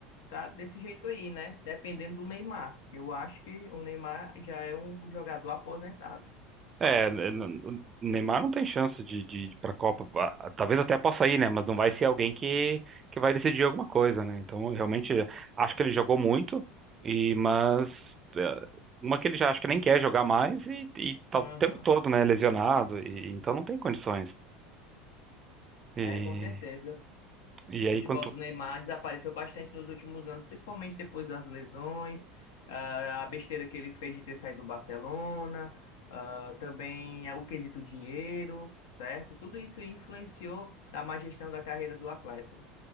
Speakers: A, on the left (about 85°); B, on the right (about 25°).
A: tá desse jeito aí, né? Dependendo do Neymar. Eu acho que o Neymar já é um jogador aposentado.
B: é, n- n- Neymar não tem chance de, de ir para a Copa. Ah, Talvez até possa ir, né? Mas não vai ser alguém que, que vai decidir alguma coisa, né? Então, eu realmente acho que ele jogou muito, e mas é, uma que ele já acho que nem quer jogar mais e, e tá
A: Aham.
B: o tempo todo, né? Lesionado, e, então não tem condições. E,
A: É, com certeza.
B: e aí
A: O futebol
B: quanto.
A: do Neymar desapareceu bastante nos últimos anos, principalmente depois das lesões, ah, a besteira que ele fez de ter saído do Barcelona, ah, também eh, o quesito dinheiro, certo? Tudo isso influenciou na má gestão da carreira do atleta,